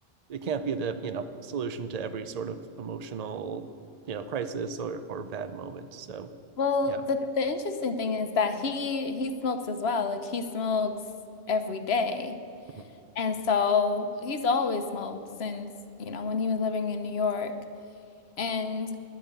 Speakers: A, on the right; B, on the left.
A: it can't be the, you know, solution to every sort of emotional, you know, crisis or or bad moment. So
B: Well,
A: yeah,
B: the the interesting thing is that he he smokes as well. Like he smokes every day.
A: Mhm.
B: And so he's always smoked since, you know, when he was living in New York. And